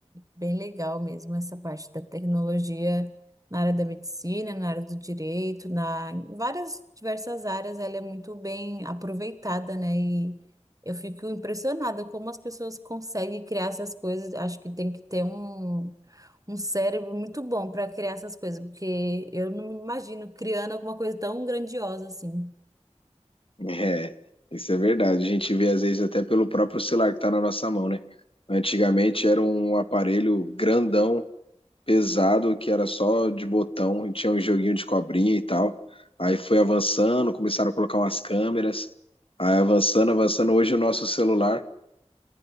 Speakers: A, on the right; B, on the left.
A: bem legal mesmo essa parte da tecnologia na área da medicina, na área do direito, na em várias diversas áreas, ela é muito bem aproveitada, né? Eu fico impressionada como as pessoas conseguem criar essas coisas. Acho que tem que ter um, um cérebro muito bom para criar essas coisas, porque eu não me imagino criando alguma coisa tão grandiosa assim.
B: É, isso é verdade. A gente vê às vezes até pelo próprio celular que tá na nossa mão, né? Antigamente era um aparelho grandão, pesado, que era só de botão e tinha um joguinho de cobrinha e tal. Aí foi avançando, começaram a colocar umas câmeras, aí avançando, avançando. Hoje o nosso celular.